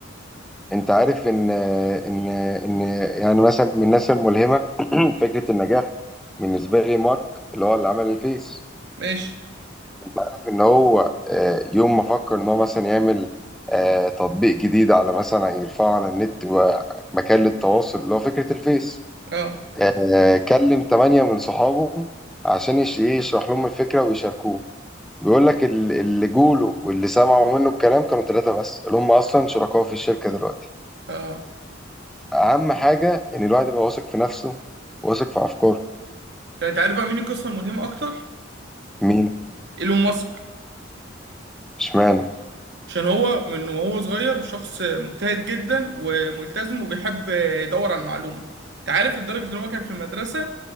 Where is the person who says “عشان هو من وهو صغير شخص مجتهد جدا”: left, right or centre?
Right